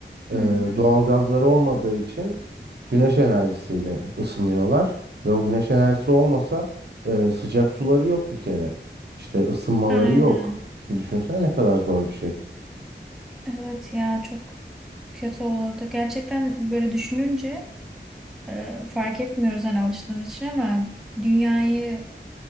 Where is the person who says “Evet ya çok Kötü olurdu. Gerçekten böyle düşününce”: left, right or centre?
Centre